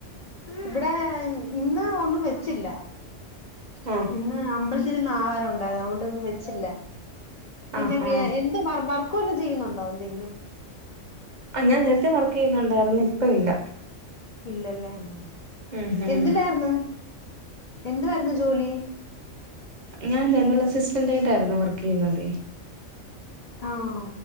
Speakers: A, on the left; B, on the right.
A: ഇവിടെ ഇന്ന് ഒന്നും വെച്ചില്ല
B: ആഹ്
A: ഇന്ന് അമ്പലത്തില് ആഹാരം ഉണ്ടായിരുന്നു അതുകൊണ്ട് ഒന്നും വെച്ചില്ല പിന്നെ
B: ആഹാ
A: മിയ എന്ത് വർക്ക് വല്ലതും ചെയ്യുന്നുണ്ടോ എന്തെങ്കിലും
B: ആ ഞാൻ നേരത്തെ വർക്ക് ചെയ്യുന്നുണ്ടായിരുന്നു ഇപ്പം ഇല്ല
A: ഇല്ലല്ലേ എ
B: ഉം ഉം
A: എന്തില്ലായിരുന്നു എന്തായിരുന്നു ജോലി
B: ഞാൻ ദന്തൽ അസിസ്റ്റന്റ് ആയിട്ടായിരുന്നു വർക്ക് ചെയ്യ്ണത്
A: ആഹ്